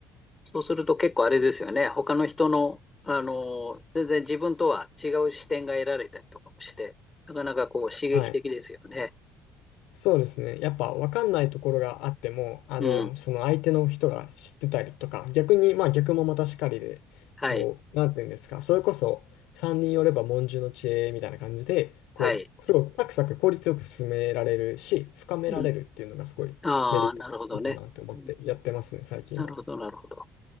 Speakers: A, on the left (about 20°); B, on the left (about 85°).
A: そうすると結構あれですよね。他の人の、あの全然自分とは違う視点が得られたりとかもして、なかなかこう刺激的ですよね。
B: はい。そうですね。やっぱ分かんないところがあっても、あの、
A: うん。
B: その相手の人が知ってたりとか、逆に、まあ逆もまたしかりで、
A: はい。
B: こう、なんていうんですか、それこそ3人寄れば文殊の知恵みたいな感じで、こう、
A: はい。
B: すごいサクサク効率よく進められるし、深められるっていうのがすごいメリット、
A: うん。ああ、なるほどね。
B: いいかなって思ってやってますね、
A: うんうん
B: 最近は。
A: なるほど、なるほど。